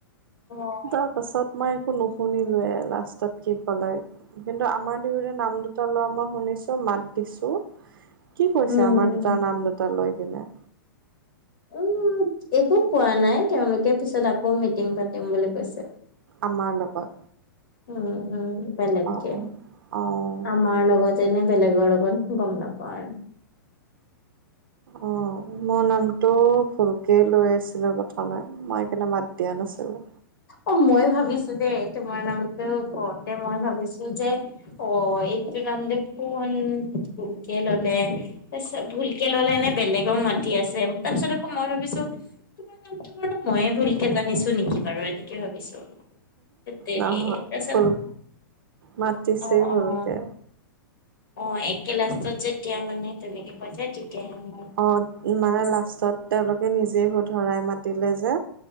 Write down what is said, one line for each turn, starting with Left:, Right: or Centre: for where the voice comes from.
Left: অহ।
Right: তাৰ পাছত মই একো নুশুনিলোয়ে লাষ্টত কি ক'লে। কিন্তু আমাৰ দুয়োৰে নাম দুটা লোৱা মই শুনিছোঁ মাত দিছো কি কৈছে
Left: উম।
Right: আমাৰ দুটাৰ নাম দুটা লৈ কিনে?
Left: উম একো কোৱা নাই তেওঁলোকে পিছত আকৌ মিটিং পাতিম বুলি কৈছে।
Right: আমাৰ লগত।
Left: উম, উম বেলেগ
Right: অ', অ',
Left: কে,
Right: অ',
Left: আমাৰ তাৰ লগতেনে বেলেগৰ লগত গ'ম নাপাওঁ আৰু।
Right: অহ মোৰ নামটো ভূলকেই লৈ আছিলে প্ৰথমে। মই কিন্তু মাত দিয়া নাছিলোঁ।
Left: অহ মই ভাবিছোঁ দেই তোমাৰ নামতো কওঁতে মই ভাবিছোঁ যে অহ এইটো নাম দেখোন ভূলকে ল'লে। তাৰপিছত ভুলকে ললে নে বেলেগক মাতি আছে তাৰপিছত আকৌ মই ভাবিছোঁ তোমাৰ নামটো বাৰু ময়ে ভুলকে জানিছো নেকি বাৰু এনেকে ভাবিছোঁ। হেৎ তেৰি,
Right: নহয়
Left: তাৰপাছত,
Right: ভুল মাতিছেই
Left: অহ অহ।
Right: ভুলকে।
Left: অহ একে লাষ্টত যেতিয়া মানে তেনেকে কৈছে তেতিয়াহে মই
Right: অহ মানে
Left: ভাবিছো
Right: লাষ্টত তেওঁলোকে নিজে শুধৰাই মাতিলে যে